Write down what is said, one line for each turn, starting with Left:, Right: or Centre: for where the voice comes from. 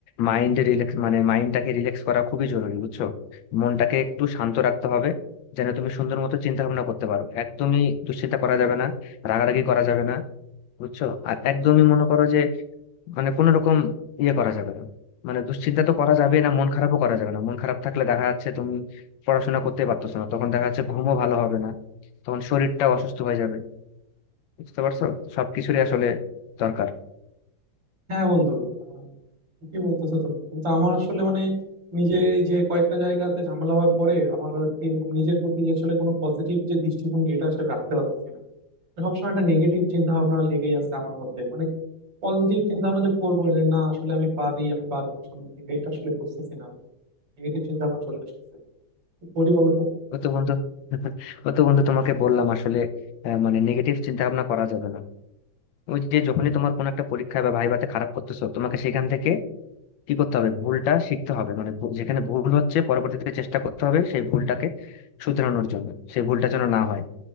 Left: মাইন্ডে রিল্যাক্স মানে মাইন্ডটাকে রিল্যাক্স করা খুবই জরুরি বুঝছো মনটাকে একটু শান্ত রাখতে হবে যেন তুমি সুন্দর মতো চিন্তা ভাবনা করতে পারো একদমই দুশ্চিন্তা করা যাবে না রাগারাগি করা যাবে না বুঝছো আর একদমই মনে করো যে মানে কোনো রকম ইয়ে করা যাবে না মানে দুশ্চিন্তা তো করা যাবে না মন খারাপও করা যাবে না মন খারাপ থাকলে দেখা যাচ্ছে তুমি পড়াশোনা করতে পারতেছো না তখন দেখা যাচ্ছে ঘুমও ভালো হবে না তখন শরীরটাও অসুস্থ হয়ে যাবে বুঝতে পারছো সবকিছুরই আসলে দরকার
Right: হ্যাঁ বন্ধু আহ, ঠিকই বলতেছো তুমি কিন্তু আমার আসলে মানে নিজে এই যে কয়েকটা জায়গাতে ঝামেলা হওয়ার পরে আমার আর কি নিজের প্রতি যে আসলে কোনো পজিটিভ যে দৃষ্টিভঙ্গি এটা আসলে রাখতে পারতেছি না সবসময় একটা নেগেটিভ চিন্তা ভাবনা লেগেই আছে আমার মধ্যে মানে পজিটিভ চিন্তা ভাবনা যে করবো যে না আসলে আমি পারি আমি পারবো সামনের দিকে এটা আসলে বুঝতেছি না আমি নেগেটিভ চিন্তা ভাবনা চলে আসতেছে কি করি বলো তো
Left: ও তো বন্ধু <laughs> ও তো বন্ধু তোমাকে বললাম আসলে আহ, মানে নেগেটিভ চিন্তা ভাবনা করা যাবে না ওই যে যখনই তোমার কোনো একটা পরীক্ষায় বা ভাইভাতে খারাপ করতেছো তোমাকে সেখান থেকে কি করতে হবে ভুলটা শিখতে হবে মানে ভু- যেখানে ভুল হচ্ছে পরবর্তীতে চেষ্টা করতে হবে সেই ভুলটাকে শুধরানোর জন্য সেই ভুলটা যেন না হয়